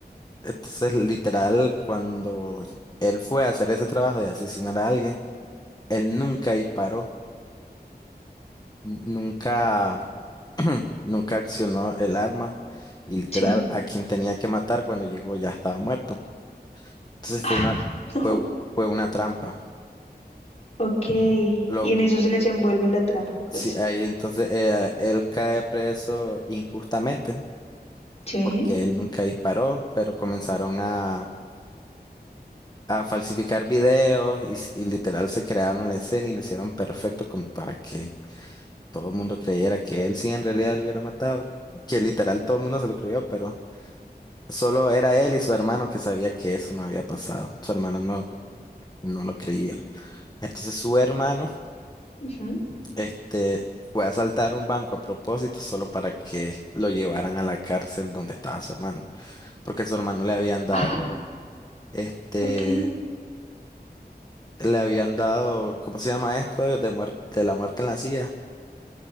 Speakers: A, on the left (about 25°); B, on the left (about 40°).
A: Entonces, literal, cuando él fue a hacer ese trabajo de asesinar a alguien, él nunca disparó, n- nunca, <clears throat> nunca accionó el arma y literal
B: sí.
A: a quien tenía que matar cuando llegó ya estaba muerto. Entonces
B: Ah.
A: fue una,
B: <laughs>
A: fue,
B: no.
A: fue una trampa.
B: Ok. Y
A: Lo,
B: en eso se desenvuelve la trama,
A: Sí,
B: pues.
A: ahí entonces eh, él cae preso injustamente
B: Sí.
A: porque él nunca disparó, pero comenzaron a, a falsificar videos y, s- y literal se crearon la escena y lo hicieron perfecto como para que todo el mundo creyera que él sí en realidad lo hubiera matado, que literal todo el mundo se lo creyó, pero solo era él y su hermano que sabía que eso no había pasado, su hermano no, no lo creía. Entonces su hermano
B: Ujú.
A: Este, fue a asaltar un banco a propósito solo para que lo llevaran a la cárcel donde estaba su hermano, porque su hermano le habían dado,
B: Ah,
A: este,
B: Ok.
A: le habían dado, ¿cómo se llama esto? De muerte, de la muerte en la silla.